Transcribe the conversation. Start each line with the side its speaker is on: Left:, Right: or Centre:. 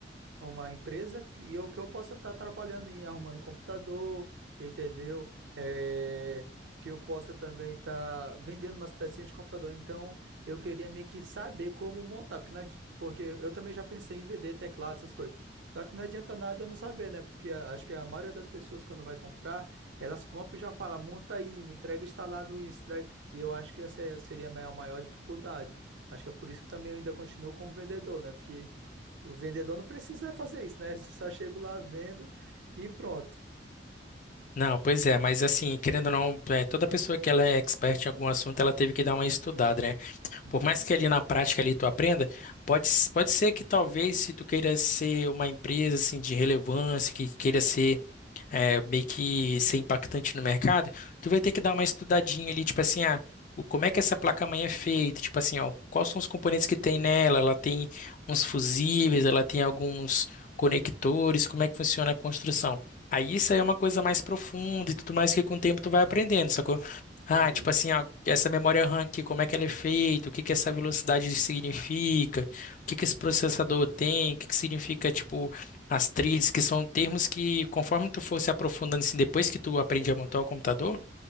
Right: uma empresa que- e eu que eu possa estar trabalhando em arrumando computador, entendeu? É, que eu possa também estar vendendo umas pecinhas de computador. Então, eu queria meio que saber como montar, porque, não adi- porque eu também já pensei em vender teclado, essas coisas. Só que não adianta nada eu não saber, né? Porque a- acho que a maioria das pessoas quando vai comprar, elas compram e já fala, monta aí, me entrega instalado isso, entrega. E eu acho que essa é- seria a minha maior dificuldade. Acho que é por isso que também eu ainda continuo como vendedor, né? Porque o vendedor não precisa fazer isso, né? <laughs> Só chego lá, vendo e pronto.
Left: Não, pois é, mas assim, querendo ou não, é, toda pessoa que ela é expert em algum assunto, ela teve que dar uma estudada, né?
Right: Uhum.
Left: Por mais que ali na prática ali tu aprenda, pode, s- pode ser que talvez se tu queira ser uma empresa assim de relevância, que queira ser é, meio que ser impactante no mercado, tu vai ter que dar uma estudadinha ali, tipo assim, ah, o, como é que essa placa-mãe é feita, tipo assim, ó, quais são os componentes que tem nela, ela tem uns fusíveis, ela tem alguns conectores, como é que funciona a construção. Aí isso aí é uma coisa mais profunda e tudo mais que com o tempo tu vai aprendendo, sacou? Ah,
Right: Entendi.
Left: tipo assim, ah, essa memória RAM aqui, como é que ela é feita, o que que essa velocidade significa, o que que esse processador tem, o que que significa, tipo, as Atriz, que são termos que, conforme tu for se aprofundando assim, depois que tu aprende a montar o computador,